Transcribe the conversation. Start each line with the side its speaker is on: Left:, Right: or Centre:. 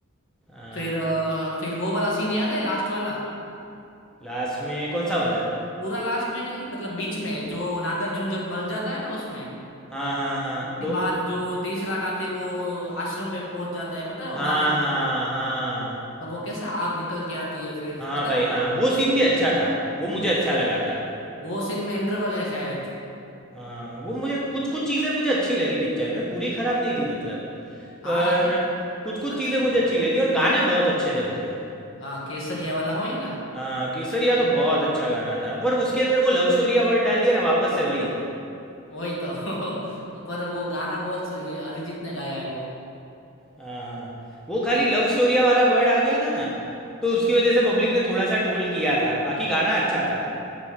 Centre: हाँ
Left: फिर अ, फिर वो वाला सीन याद है लास्ट वाला
Centre: लास्ट में कौन सा वाला
Left: पूरा लास्ट में नहीं मतलब बीच में जो नागार्जुन जब मर जाता है ना उसमें
Centre: हाँ हाँ हाँ
Left: उसके
Centre: तो
Left: बाद जो तीसरा कातिल वो आश्रम पे पहुंच जाता है पता है वो
Centre: हाँ
Left: मारने
Centre: हाँ हाँ
Left: वो कैसे आग निकल के आती है फिर
Centre: हाँ
Left: पता
Centre: भाई
Left: है
Centre: हाँ वो सीन भी अच्छा था वो मुझे
Left: वो
Centre: अच्छा
Left: scene-
Centre: लगा था
Left: वो सीन में इंटरवल है शायद
Centre: हाँ वो मुझे कुछ कुछ चीज़ें मुझे अच्छी लगी पिक्चर में पूरी खराब नहीं थी मतलब
Left: हाँ
Centre: पर
Left: नहीं
Centre: कुछ कुछ
Left: अच्छी
Centre: चीज़ें मुझे
Left: है
Centre: अच्छी लगी और गाने बहुत अच्छे थे भाई
Left: हाँ केसरिया वाला हो ही ना
Centre: हाँ केसरिया तो बहुत अच्छा गाना था पर उसके अंदर वो लव स्टोरिया वर्ड डाल दिया ना वापस से वही
Left: वही तो <laughs> पर वो गाना बहुत सही है अरिजीत ने गाया है
Centre: हाँ हाँ वो खाली
Left: वो
Centre: लव स्टोरिया वाला वर्ड आ गया था ना तो उसकी वजह से पब्लिक ने थोड़ा सा ट्रोल किया था बाकी गाना अच्छा था